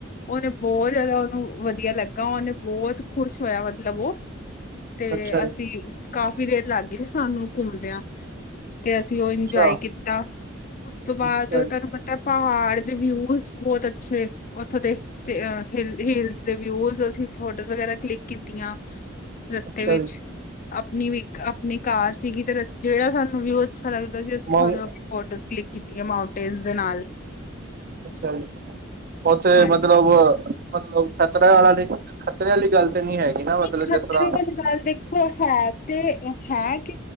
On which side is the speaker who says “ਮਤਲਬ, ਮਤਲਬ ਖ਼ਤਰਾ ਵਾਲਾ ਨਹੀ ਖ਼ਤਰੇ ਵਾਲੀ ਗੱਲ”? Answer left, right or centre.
Right